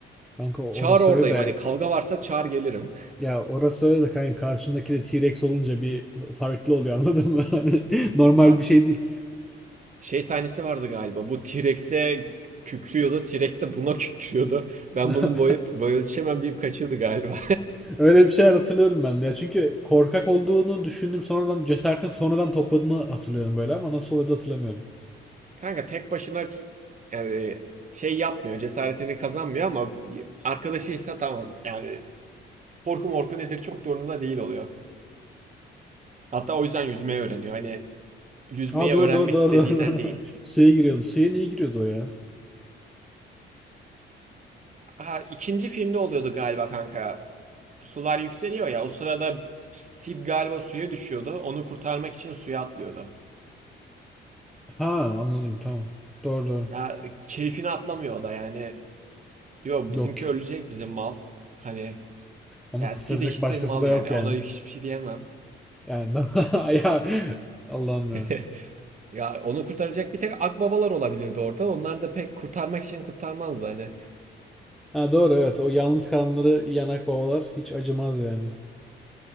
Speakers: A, in the centre; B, on the right.
A: Kanka orası
B: Çağır oradayım
A: öyle de
B: hani kavga varsa çağır gelirim.
A: ya orası öyle de kanka karşındaki de T-Rex olunca bir farklı oluyor anladın mı? <laughs> Hani normal
B: Ya,
A: bir şey değil.
B: şey sahnesi vardı galiba bu T-Rex'e kükrüyordu T-Rex de buna <laughs> kükrüyordu. Ben
A: <laughs>
B: bunun boyu, boy ölçemem deyip kaçıyordu galiba.
A: Öyle bir şeyler hatırlıyorum ben de ya. Çünkü korkak olduğunu düşündüm sonradan cesaretin sonradan topladığını hatırlıyorum böyle ama nasıl oluyordu hatırlamıyorum.
B: <laughs> Kanka tek başına yani şey yapmıyor cesaretini kazanmıyor ama arkadaşıysa tamam yani korku morku nedir çok da umurunda değil oluyor. Hatta o yüzden yüzmeyi öğreniyor. Hani yüzmeyi
A: Aa doğru
B: öğrenmek
A: doğru doğru
B: istediğinden
A: doğru.
B: değil.
A: <laughs> Suya giriyordu. Suya niye giriyordu o ya?
B: Ha, ikinci filmde oluyordu galiba kanka. Sular yükseliyor ya. O sırada Sid galiba suya düşüyordu. Onu kurtarmak için suya atlıyordu.
A: Ha anladım tamam. Doğru doğru.
B: Ya keyfini atlamıyor o da yani. Diyor
A: Yok.
B: bizimki ölecek bizim mal. Hani
A: Onu
B: ya
A: kurtaracak
B: Sid eşittir
A: başkası
B: mal
A: da
B: yani.
A: yok yani.
B: Ona hiçbir şey diyemem.
A: Yani <laughs> ya Allah'ım ya.
B: <laughs> Ya onu kurtaracak bir tek akbabalar olabilirdi orada. Onlar da pek kurtarmak için kurtarmazdı hani.
A: Ha doğru evet. O yalnız kalanları yanak babalar hiç acımaz yani.